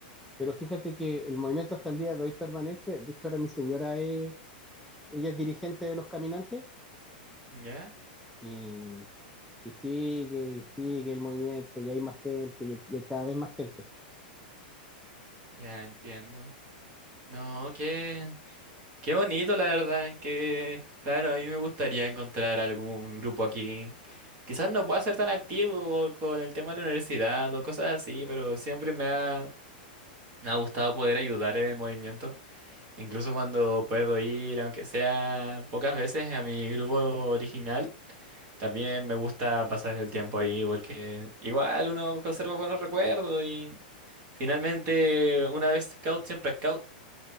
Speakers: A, in the centre; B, on the right.
A: Pero fíjate que el movimiento hasta el día de hoy permanece. De hecho, ahora mi señora es, ella es dirigente de los caminantes
B: ¿Ya?
A: y, y sigue y sigue el movimiento y hay más gente y hay- y hay cada vez más gente.
B: Ya entiendo. No, qué, qué bonito, la verdad, que claro, a mí me gustaría encontrar algún grupo aquí. Quizás no pueda ser tan activo con el tema de la universidad o cosas así, pero siempre me ha Me ha gustado poder ayudar en el movimiento, incluso cuando puedo ir, aunque sea pocas veces, a mi grupo original. También me gusta pasar el tiempo ahí porque igual uno conserva buenos recuerdos y finalmente una vez scout siempre scout.